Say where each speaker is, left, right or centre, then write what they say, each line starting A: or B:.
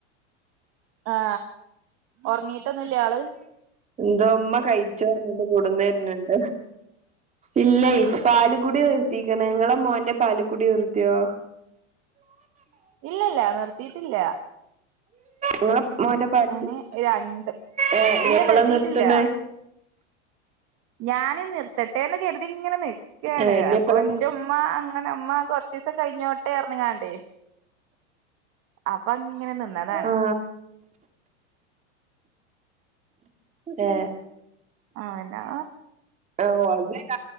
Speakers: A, on the right (about 40°); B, on the right (about 20°).
A: ആ ഒർങ്ങിട്ടൊന്നുല്ലേ ആള്
B: എന്തോ മ്മ കഴിച്ചോർഞ്ഞിട്ട് കൊട്ന്നെര്ണ് ണ്ട് ഇല്ലേ പാല്കുടി നിർത്തീക്ക്ണ് ങ്ങളെ മോന്റെ പാല്കുടി നിർത്ത്യാേ
A: ഇല്ലല്ല നിർത്തിയിട്ടില്ല
B: ങ്ങളെ മോന്റെ പാലുടി
A: ഞാന് രണ്ട്
B: ഏ ഇഞ്ഞെപ്പളാ
A: ഇല്ല നിർത്തിയിട്ടില്ല
B: നിർത്ത്ണേ
A: ഞാന് നിർത്തട്ടെന്ന് കര്തിങ്ങനെ നി ക്കായാണ്
B: ഏ ഇനി
A: അപ്പൊ
B: എപ്പളാ
A: ന്റെ ഉമ്മ അങ്ങനെ മ്മ കൊർച്ചീസം കയ്ഞ്ഞോട്ടേർഞ്ഞ്ങ്ങാണ്ടേ അപ്പൊങ്ങനെ നിന്നതാണ്
B: ആ ഏ
A: ആ എന്നാ
B: ഓ ഒന്നുല്ല